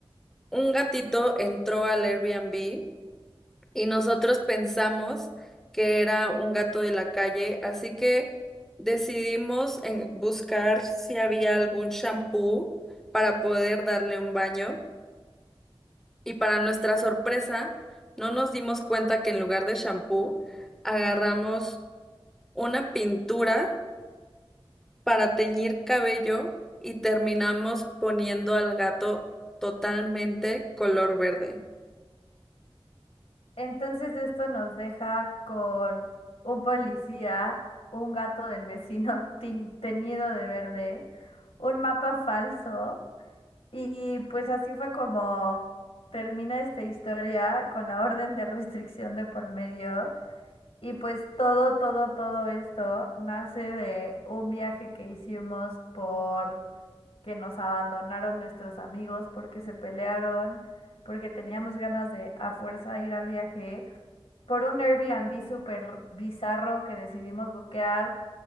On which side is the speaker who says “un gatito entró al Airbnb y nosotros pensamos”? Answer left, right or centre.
Centre